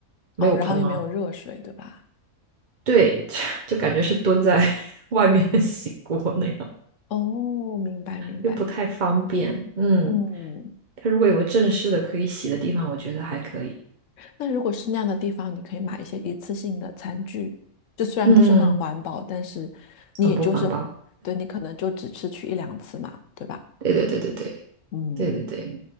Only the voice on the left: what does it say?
哦，然后又没有热水，对吧？
哦，明白明白。
嗯，
那如果是那样的地方，你可以买一些一次性的餐具，就虽然不是很环保，
但是你也就是，
对，你可能就只吃去一两次嘛，对吧？
嗯，